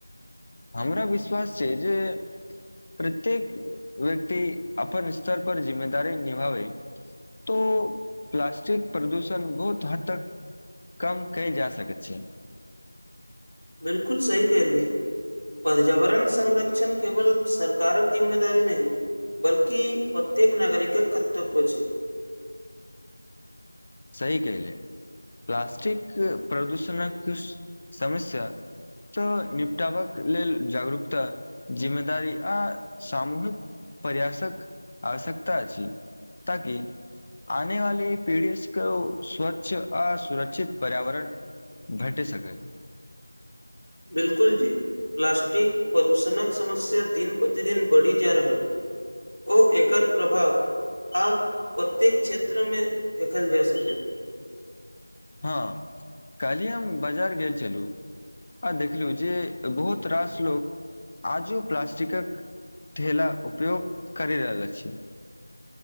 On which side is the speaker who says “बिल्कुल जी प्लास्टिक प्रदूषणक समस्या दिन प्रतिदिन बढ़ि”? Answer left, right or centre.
Left